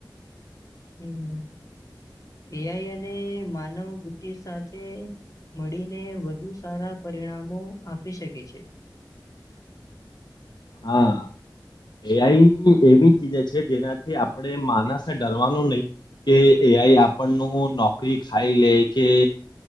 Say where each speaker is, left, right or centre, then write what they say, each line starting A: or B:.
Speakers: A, on the left; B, on the left.
A: હમ એઆઈ અને માનવ બુદ્ધિ સાથે મળીને વધુ સારા પરિણામો આપી શકે છે.
B: હા એઆઈ એવી ચીજે છે જેનાથી આપણે માનસને ડરવાનું નહી કે એઆઈ આપણનું નોકરી ખાઈ લે કે